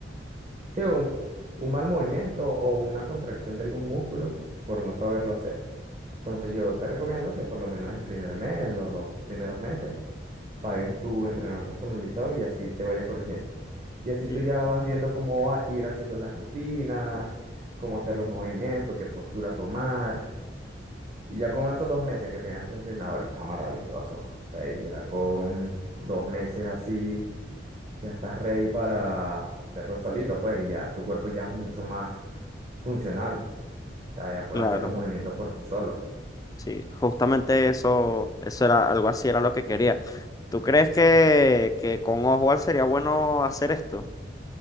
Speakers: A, on the right; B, on the left.
A: sí, un, un mal movimiento o una contracción de algún músculo por no saberlo hacer. Entonces yo te recomiendo que por lo menos el primer mes, los dos primeros meses, pagues tu entrenador personalizado y así te vaya corrigiendo. Y así
B: Sí.
A: tú ya vas viendo cómo va a ir haciendo las rutinas, cómo hacer los movimientos, qué postura tomar. Y ya con esos dos meses que tengas tu entrenador, ya maravilloso. pues, Ya con dos meses así, ya estás ready para hacerlo solito, pues, y ya tu cuerpo ya es mucho más funcional. O sea, ya puedes
B: Claro,
A: hacer los movimientos por ti solo.
B: sí, justamente eso, eso era algo así, era lo que quería. ¿Tú crees que, que con Oswald sería bueno hacer esto?